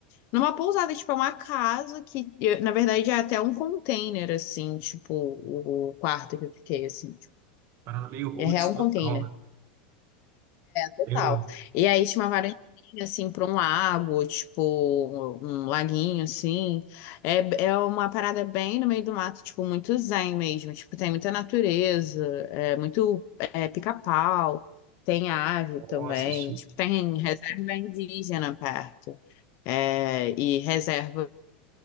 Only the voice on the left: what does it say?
numa pousada, tipo, é uma casa que eu- na verdade é até um container assim, tipo, o, o quarto que eu fiquei assim, tipo,
é real
um container
total.
E aí tinha uma varandinha, assim, para um lago, tipo, um laguinho, assim. É, é uma parada bem no meio do mato, tipo, muito zen mesmo. Tipo, tem muita natureza, é muito é, pica-pau, tem ave
também.
Tipo, tem reserva indígena perto. É, e reservas,